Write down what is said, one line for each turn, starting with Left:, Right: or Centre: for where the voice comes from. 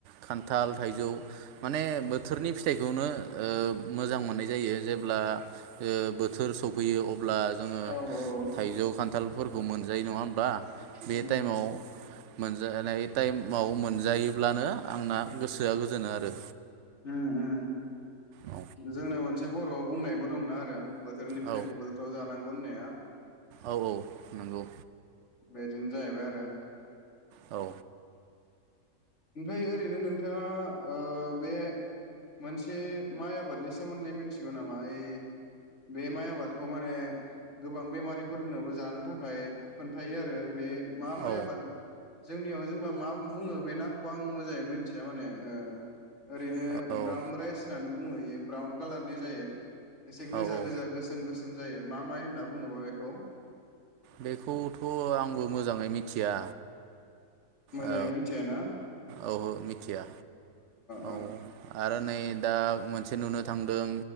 Right: खान्थाल, थाइजौ माने बोथोरनि फिथाइखौनो ओ मोजां मोननाय जायो। जेब्ला ओ बोथोर सफैयो अब्ला जोङो
Left: औ औ
Right: थाइजौ खान्थालफोर मोनजायो नङा होम्बा बे
Left: उम
Right: थाइमाव मोनजानाय थाइमाव मोनजानाय जायोब्लानो आंना गोसोआ गोजोनो आरो।
Left: उम उम।
Right: औ
Left: जोंना मोनसे बर'आव बुंनायबो दंना आरो बोथ थोरनि फिथाइखौ
Right: औ
Left: बोथोराव जानांग <unintelligible>
Right: औ औ नंगौ।
Left: बेदिनो जाहैबाय आरो।
Right: औ।
Left: ओमफ्राय ओरैनो नोंथाङा ओ बे मोनसे माइ आबादनि सोमोन्दै मिथिगौ नामा ओइ बे माइ आबादखौ माने गोबां बेमारिफोरनोबो जानो थाखाय खोन्थायो आरो बे मा माइ
Right: औ
Left: आबाद? जोंनियाव जेनेबा मा बुङो बे नाम खौ आं मोजाङै मिथिया माने ओ ओरैनो
Right: औ
Left: ब्राउन राइस होननानै बुङो इयो ब्राउन कालारनि जायो। एसे गोजा-गोजा,
Right: औ औ
Left: गोसोम-गोस होनजायो मा माइ होनना बुङोबा बेखौ?
Right: बेखौथ' आंबो मोजाङै मिथिया
Left: मोजाङै
Right: औ
Left: मोनथिया ना?
Right: औहो मिथिया
Left: ओ
Right: औ आरो नै दा मोनसे नुनो थांदों